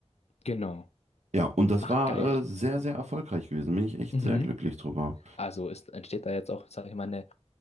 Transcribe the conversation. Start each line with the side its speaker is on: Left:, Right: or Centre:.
Left: genau.
Right: Ja, und das
Left: Ach,
Right: war
Left: geil.
Right: äh, sehr, sehr erfolgreich gewesen. Bin ich echt
Left: Mhm.
Right: sehr glücklich drüber.
Left: Also ist, entsteht da jetzt auch, sage ich mal, eine